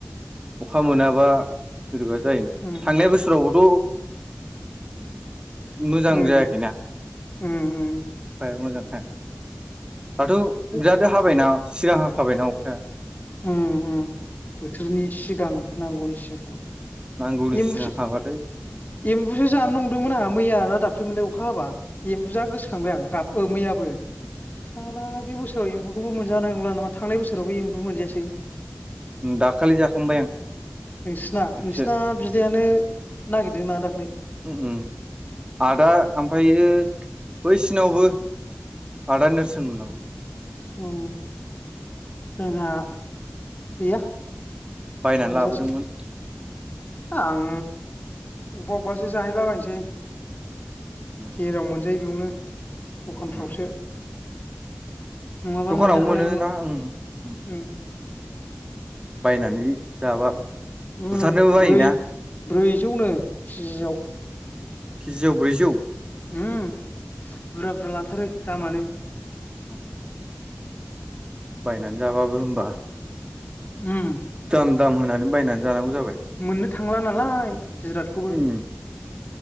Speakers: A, on the right (about 20°); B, on the left (about 40°).
A: अखा मोनाबा बोरैबा जायोना
B: उम
A: थांनाय बोसोरावबोथ' मोजां
B: उम
A: जायाखैना
B: उम उम
A: फ मोजां <unintelligible> दाथ'
B: उम
A: बिराद हाबायना सिगां हखाबायना अखाया
B: उम उम बोथोरनि सिगां नांगौनिसिम
A: नांगौनि
B: एम्बुसो
A: सिगां हाबाथाय
B: एम्बुसो जानो
A: उम
B: नंदोंमोन आंहा मैया ना दाख मोनलाय अखा हाबा एम्बु जा गोसोखांबाय आं गाबो मैयाबो साना बे बोसोराव एम्बुखौबो मोनजानाय नंला नामा थांनाय बोसोरावबो एम्बु मोनजायासै
A: दाखालि जाखांबाय आं
B: नोंसिना
A: खेबसे
B: नोंसिना बिदायानो नागिरदोंना दाखलै
A: उम उम आदा ओमफ्रायो बैसिनावबो आदा नेर्सोन मोननाव
B: उम जोंहा गैया
A: बायनानै
B: मोनजायासै
A: लाबोदोंमोन
B: आं अबा अबासो जाहैला बायनोसै
A: उम
B: जेराव मोनजायो बेयावनो दखानफ्रावसो
A: उम
B: नङाबा
A: दखानाव
B: मोनजाखानाय
A: मोनो
B: नंला
A: ना ओ ओं
B: उम
A: बायनानै जाबा
B: उम
A: बुथारनोबो बायोना
B: ब्रै ब्रैजौनो केजिसेआव
A: केजियाव ब्रैजौ
B: उम बुरजा बुरजा लाथारो दामानो
A: <inaudible> बायनानै जाबाबो होमबा
B: उम
A: दाम दाम होनानै बायनानै जानांगौ जाबाय
B: मोननो थांला नालाय जिरातखौबो
A: उम